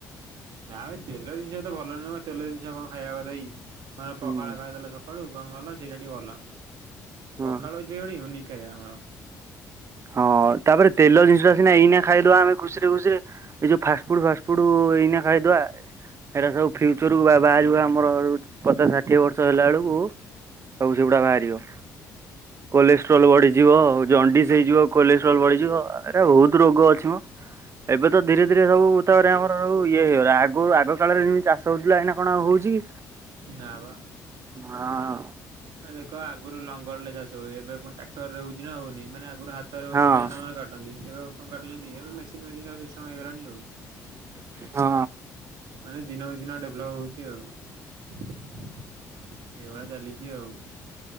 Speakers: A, on the right (about 70°); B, on the right (about 40°).
A: ନାମ ତେଲ ଜିନିଷ ତ ଭଲ ନୁହଁ ତେଲ ଜିନିଷ କଣ ଖାଇବା କଥା କି? ହଁ
B: ହୁଁ
A: ପଖାଳ ଖାଇଦେଲେ ସକ୍ ଆଳୁ <unintelligible> ସେଇଟା ଟିକେ ଭଲ
B: ହଁ
A: ପଖାଳ ହେଉଛି ଉନିକ୍ ଆମର।
B: ହଁ ତାପରେ ତେଲ ଜିନିଷଟା ସିନା ଏଇନା ଖାଇଦବା ଆମେ ଖୁସିରେ ଖୁସିରେ ଏଇ ଯୋଉ ଫାଷ୍ଟଫୁଡ ଫାଷ୍ଟଫୁଡ ଏଇନା ଖାଇଦବା ସେଇଟା ସବୁ ଫ୍ୟୁଚରକୁ ବା ବାହାରିବ ଆମର ପଚାଶ ଷାଠିଏ ବର୍ଷ ହେଲା ବେଳକୁ ସବୁ ସେଗୁଡା ବାହାରିବ କୋଲେଷ୍ଟ୍ରୋଲ ବଢିଯିବ ଆଉ ହେଇଯିବ କୋଲେଷ୍ଟ୍ରୋଲ ବଢିଯିବ ଏ ବହୁତ ରୋଗ ଅଛି ମ ଏବେ ତ ଧୀରେ ଧୀରେ ସବୁ ତାପରେ ଆମର ଇଏ ହେଇଗଲା ଆଗ ଆଗ କାଳରେ ଯେମିତି ଚାଷ ହଉଥିଲା ଏଇନା କଣ ଆଉ ହଉଛି କି?
A: ନାଁ ବା
B: ହଁ
A: ଦେଖ ଆଗ ଆଗରୁ ଲଙ୍ଗଳରେ ଚାଷ ହୁଏ ଏବେୁପୁଣି ଟ୍ରାକ୍ଟରରେ ହଉଛି ନାହଉନି ମାନେ- ପୁର ହାତରେ ବସିକି
B: ହଁ।
A: ଧାନଫାନ କାଟନ୍ତି ଏବେ ଆଉ କଣ କାଟୁଛନ୍ତି। ମେସିନେସିଇଷ୍ଟଉ
B: ହଁ।
A: ମାନେ ଦିନକୁ ଦିନ ଡେଭଲପ ହଉଛି ଆଉ ଏଇଭଳିଆ ଚାଲିଛି ଆଉ